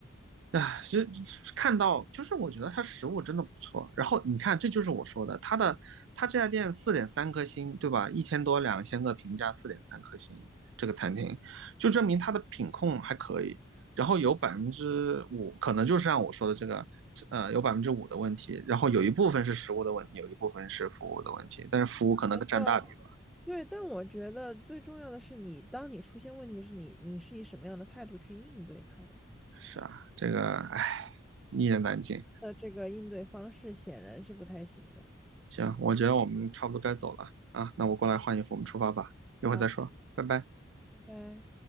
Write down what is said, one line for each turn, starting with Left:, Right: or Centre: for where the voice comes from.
Right: 唉，是看到，就是我觉得它食物真的不错。然后你看，这就是我说的，它的它这家店四点三颗星，对吧？一千多两千个评价，四点三颗星，这个餐厅就证明它的品控还可以。然后有百分之五，可能就是像我说的这个，呃，有百分之五的问题。然后有一部分是食物的问题，有一部分是服务的问题，但是服务可能占大比吧。
Centre: 呃，对，但我觉得最重要的是你，当你出现问题时，你你是以什么样的态度去应对它的？
Right: 是啊，这个唉，一言难尽。
Centre: 那这个应对方式显然是不太行的。
Right: 行，我觉得我们差不多该走了啊，那我过来换衣服，我们出发吧，一会儿再说，
Centre: 啊。
Right: 拜拜。
Centre: 拜拜。